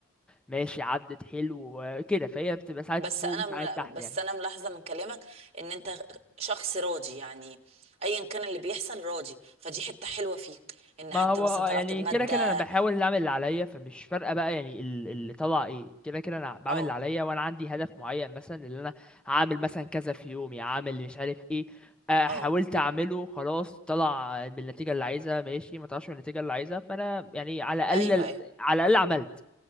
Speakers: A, in the centre; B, on the right.
A: ماشي عدت حلو كده فهي بتبقى ساعات
B: بس
A: فوق
B: انا
A: وساعات
B: مل-
A: تحت
B: بس
A: يعني
B: انا ملاحظه من كلامك ان انت شخص راضي يعني ايا كان اللي بيحصل راضي فدي حته حلوه فيك ان
A: ما
B: حتى
A: هو
B: مثلا
A: آه،
B: طلعت
A: يعني
B: بماده
A: كده كده أنا بحاول أعمل اللي عليا فمش فارقة بقى يعني ال- اللي طلع إيه كده كده أنا بعمل
B: اه
A: اللي عليا وأنا عندي هدف معين مثلا اللي أنا هعمل مثلا كذا في يومي هعمل مش عارف إيه آه،
B: اه
A: حاولت أعمله خلاص طلع بالنتيجة اللي عايزها ماشي ما طلعش بالنتيجة اللي عايزها فأنا يعني على
B: ايوه
A: الأقل
B: ايوه
A: على الأقل عملت